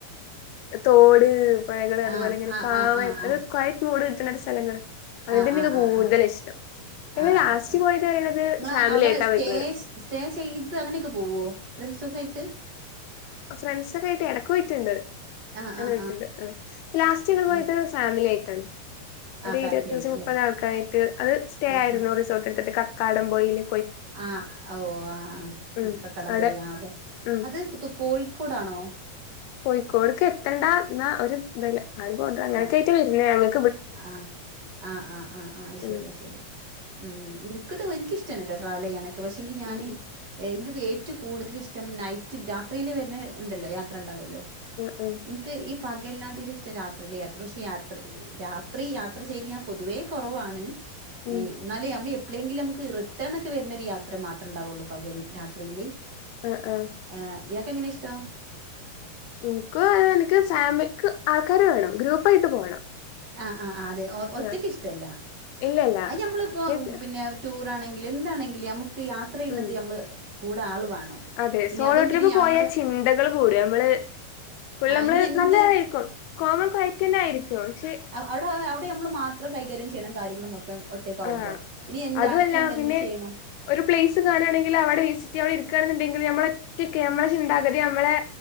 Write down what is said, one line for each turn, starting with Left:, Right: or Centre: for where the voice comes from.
Left: തോട് പൊയകള് അത്
Right: ആഹ്
Left: പോലെ ഇങ്ങനെ
Right: ആഹ്
Left: കാം
Right: ആഹ് ആഹ് ആഹ്
Left: കൊയറ്റ് മൂഡ് കിട്ട്ണ ഒരു സ്ഥലങ്ങൾ. അങ്ങൻ
Right: ആഹ്
Left: തന്നൊക്കെ
Right: ആഹ് ആഹ്
Left: കൂടുതൽ
Right: ആഹ്
Left: ഇഷ്ടം. പിന്നെ
Right: ആഹ്
Left: ലാസ്റ്റ് പോയത് പറയണത്
Right: ങ്ങള
Left: ഫാമിലി
Right: അവിടെ
Left: ആയിട്ടാ
Right: സ്റ്റേ
Left: പോയിക്കണത്
Right: സ്റ്റേ ചെയ്ത് അങ്ങനെ ഒക്കെ പോവോ? ഫ്രണ്ട്സൊക്കായിട്ട്
Left: ഫ്രണ്ട്സൊക്കെ ആയിട്ട് എടക്ക് പോയിറ്റ്ണ്ട്.
Right: ആഹ്
Left: അയ്ന്
Right: ആഹ്
Left: കൊയപ്പല്ല ആഹ് ഇപ്പ ലാസ്റ്റ് ഞങ്ങൾ പോയത്
Right: ആഹ്
Left: ഫാമിലി ആയിട്ടാണ്. ഒരു
Right: ആഹ് ഫാമിലി
Left: ഇരുപത്തഞ്ച്
Right: ആയിട്ടല്ലേ
Left: മുപ്പത് ആൾക്കാരായിട്ട് അത് സ്റ്റേ
Right: ആഹ്
Left: ആയിരുന്നു
Right: ആഹ്
Left: റിസോർട്ട് എടുത്തിട്ട് കക്കാടം പൊയില്.
Right: ആഹ് ഓഹ് ആഹ്
Left: ഉം
Right: കക്കാടം
Left: അവിടെ
Right: പോയിൽ ആഹ്
Left: ഉം
Right: അത് കോഴിക്കോടാണോ?
Left: കോഴിക്കോട്ക്കെത്തണ്ട ന്നാ ഒരു തുല്ല ആ ഒരു ബോർഡർ അങ്ങനെ
Right: ആഹ്
Left: ഒക്കെ ആയിട്ടാ വെരുന്നേ അങ്ങൻ
Right: ആഹ് ആഹ് ആഹ് ആഹ് ആഹ്. അഹ് ശരി.
Left: ഉം
Right: അഹ് ശരി. ഉം. ഇൻ ക്ക് തൂ ഇൻക്കിഷ്ടന്നെ ട്ടോ ട്രാവൽ ചെയ്യാനൊക്കെ പക്ഷെങ്കി ഞാന്
Left: ഉം
Right: ഏഹ് ഇൻകൊക്കെ ഏറ്റവും കൂടുതൽ ഇഷ്ടം നൈറ്റിൽ രാത്രിയില് വര്നെ ഇണ്ടല്ലോ യാത്ര ണ്ടാവല്ലോ.
Left: ആഹ് ആഹ്.
Right: ഇൻക്ക് ഈ പകൽനാട്ടിലു ഇഷ്ടം രാത്രിലെ യാത്ര പക്ഷെ യാത്ര രാത്രി യാത്ര ചെയ്യല് ഞാൻ പൊതുവേ കൊറവാണ്
Left: ഉം
Right: ഏഹ് ഇന്നാല് ഞമ്മള് എപ്ളെങ്കിലും നമുക്ക് റിട്ടേൺ ഒക്കെ വര്നൊരു യാത്ര മാത്രണ്ടാവൊള്ളൂ പകൽ രാത്രിയില്.
Left: അഹ് ആഹ്
Right: ഏഹ് ഇയാൾക്കെങ്ങനെ ഇഷ്ടം?
Left: ഇൻക്കു അങ്ങനൻക്ക് ഫാമിലിക്ക് ആൾക്കാർ വേണം ഗ്രൂപ്പായിട്ട് പോണം.
Right: ആഹ് ആഹ് ആഹ് അതെ ഒ ഒറ്റക്ക്
Left: ആഹ്
Right: ഇഷ്ടല്ല.
Left: ഇല്ലല്ല
Right: അത് ഞമ്മളിപ്പം
Left: ഒറ്റക്ക്
Right: പിന്നെ ടൂറാണെങ്കില് എന്താണെങ്കിലും നമുക്ക് യാത്ര ചെയ്യ്ണത്
Left: ഉം
Right: നമ്മൾ കൂടെ ആള് വേണം.
Left: അതെ
Right: പിന്നെ
Left: സോളോ
Right: അതും
Left: ട്രിപ്പ്
Right: പിന്നെ ഞമ്മടെ
Left: പോയ ചിന്തകൾ കൂടും നമ്മള് ഫുള്ളമ്മള്
Right: ആഹ് ഇനി എന്ത്
Left: നല്ലതായിരിക്കും കോം ആൻഡ് കൊയറ്റെന്നെ ആയിരിക്കും. പക്ഷെ
Right: ഔ ഔടേ ഔടെ ഞമ്മൾ മാത്രം കൈകാര്യം ചെയ്യണം കാര്യങ്ങളും മൊത്തം ഒ റ്റക്കാവുമ്പം
Left: ആഹ്
Right: ഇനി എന്ത്
Left: അതുമല്ല
Right: അടുത്ത് നമ്മൾ
Left: പിന്നെ
Right: എന്ത് ചെയ്യണം
Left: ഒരു പ്ലേസ് കാണാണെങ്കിൽ അവടെ വിസിറ്റ് അവടെ ഇര്ക്കാണുന്നുണ്ടെങ്കിൽ നമ്മളൊ റ്റൊക്കെ നമ്മളെ ചിന്താഗതി നമ്മളെ